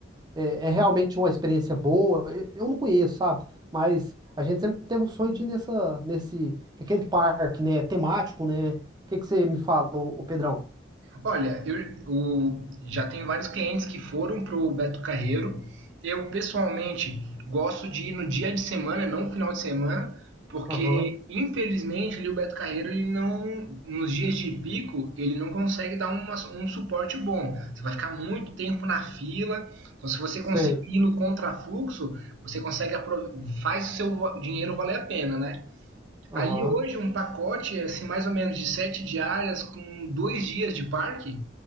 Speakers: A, on the right; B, on the right.
A: É, é realmente uma experiência boa? Eu, eu não conheço, sabe? Mas a gente sempre teve o sonho de ir nessa, nesse, aquele parque, né? Temático, né? O que que você me fala, ô, ô Pedrão?
B: Olha, eu o- já tenho vários clientes que foram pro Beto Carreiro. Eu pessoalmente gosto de ir no dia de semana, não no final de semana, porque
A: Aham,
B: infelizmente ali o Beto Carreiro ele não, nos dias de pico, ele não consegue dar uma- um suporte bom. Você vai ficar muito tempo na fila. Então, se você conseguir
A: sei.
B: ir no contrafluxo, você consegue apro- faz o seu va- dinheiro valer a pena, né?
A: Aham.
B: Ali hoje um pacote assim mais ou menos de sete diárias com dois dias de parque,